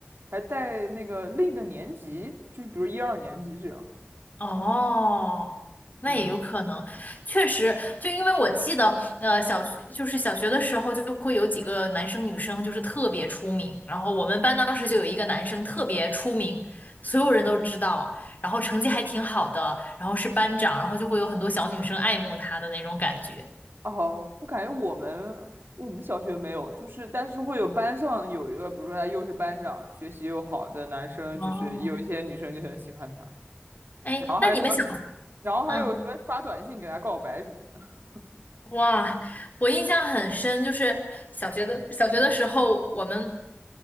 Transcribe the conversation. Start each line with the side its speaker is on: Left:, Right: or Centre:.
Right: 还带那个另一个年级，就是比如一二年级这样。
Left: 哦，那也有可能，
Right: 嗯。
Left: 确实，就因为我记得，呃，小学就是小学的时候就会有几个男生女生就是特别出名，然后我们班当时就有一个男生特别出名，所有人都知道，然后成绩还挺好的，然后是班长，然后就会有很多小女生爱慕他的那种感觉。
Right: 哦，我感觉我们我们小学没有，就是但是会有班上有一个，比如说他又是班长，学习又好的男生，
Left: 哦，
Right: 就是有一些女生就很喜欢他，
Left: 哎，
Right: 然后还有什么，
Left: 那你们小，
Right: 然后还有什么发短信给他告白什么的。
Left: 嗯，哇，我印象很深，就是小学的小学的时候，我们